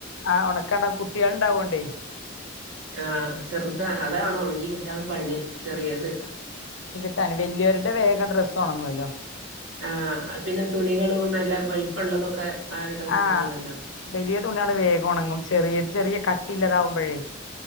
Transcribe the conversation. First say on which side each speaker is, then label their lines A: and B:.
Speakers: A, on the left; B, on the right.
A: ആ ഒണക്കാണ്ടാവും കുട്ട്യാൾ ഉണ്ടാവോണ്ടേ.
B: ആ ചെർതാ അതാണ് ഒണങ്ങി കിട്ടാൻ പണി ചെറിയത്.
A: <unintelligible> വല്യോര്ടെ വേഗം ഡ്രസ്സ് ഒണങ്ങുല്ലോ.
B: ആ പിന്നെ തുണികളും നല്ല വെൽപ്പം ഇള്ളതൊക്കെ ആറിടാം
A: ആ
B: സുഖാണല്ലോ.
A: വലിയ തുണികള് വേഗം ഒണങ്ങും ചെറിയത് ചെറിയ കട്ടില്ലാതാവുമ്പഴേ